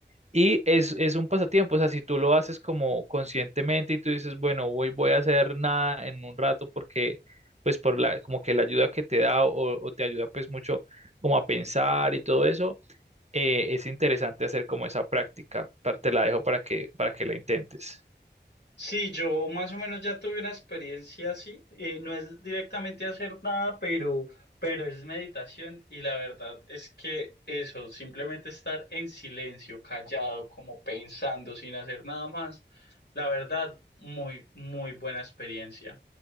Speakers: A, on the right (about 35°); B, on the left (about 65°).
A: Y es, es un pasatiempo, o sea, si tú lo haces como conscientemente y tú dices, bueno, hoy voy a hacer nada en un rato porque, pues, por la, como que la ayuda que te da o, o te ayuda, pues, mucho como a pensar y todo eso, eh, es interesante hacer como esa práctica. pa- Te la dejo para que, para que la intentes.
B: Sí, yo más o menos ya tuve una experiencia así. eh, no es directamente hacer nada, pero, pero es meditación y la verdad es que eso, simplemente estar en silencio, callado, como pensando, sin hacer nada más, la verdad, muy, muy buena experiencia.